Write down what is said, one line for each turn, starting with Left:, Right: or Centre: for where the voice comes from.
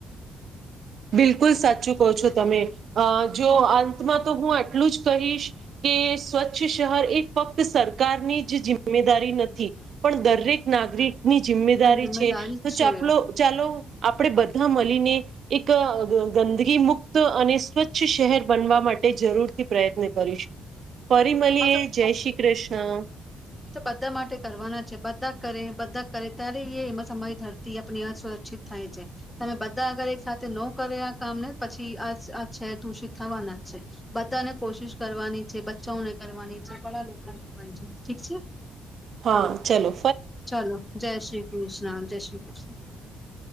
Right: બિલકુલ સાચું કહો તમે અ જો અંતમાં તો હું આટલું જ કહીશ. કે સ્વચ્છ શહેર એ ફક્ત સરકારની જ જિમ્મેદારી નથી પણ દરેક નાગરિક ની જિમ્મેદારી
Centre: જિમ્મેદારી
Right: છે તો
Centre: જ છે.
Right: ચાપલો ચાલો આપણે બધા મલીને એક ગંદગી મુક્ત અને સ્વચ્છ શહેર બનવા માટે જરૂરથી પ્રયત્ન કરીશું. ફરી મળિએ
Centre: આ તો
Right: જય કૃષ્ણ.
Centre: એ તો બધા માટે કરવાના છે બધા કરે બધા કરે ત્યારે એ એમાં સમય ધરતી આપણી અસુરક્ષિત થાય છે. તમે બધા અગર એક સાથે ન કરે આ કામને પછી આ આ શહેર દૂષિત થવાના જ છે. બધાને કોશિશ કરવાની છે બચ્ચાઓને કરવાની છે, બડા લોકોને કરવાની છે. ઠીક છે.
Right: હા, ચલો.
Centre: ચલો જય શ્રી કૃષ્ણ જય શ્રી કૃષ્ણ. <inaudible>